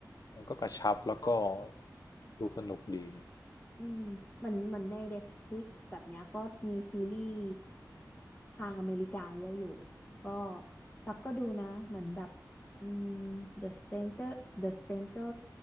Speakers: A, on the left; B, on the left.
A: มันก็กระชับแล้วก็ดูสนุกดี
B: อืมเหมือนเหมือนใน n e t f l i x แบบเนี้ยก็มีซีรีส์ทางอเมริกาเยอะอยู่ก็ตักก็ดูนะเหมือนแบบอืม The Stranger The Stranger